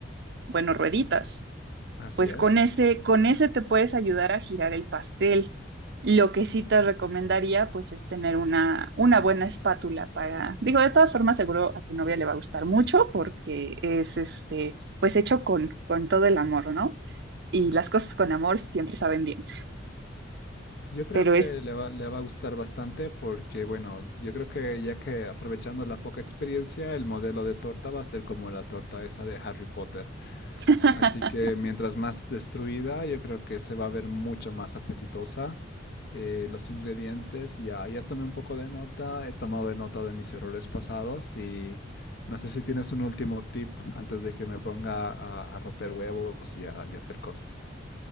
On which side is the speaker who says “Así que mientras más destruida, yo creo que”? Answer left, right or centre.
Left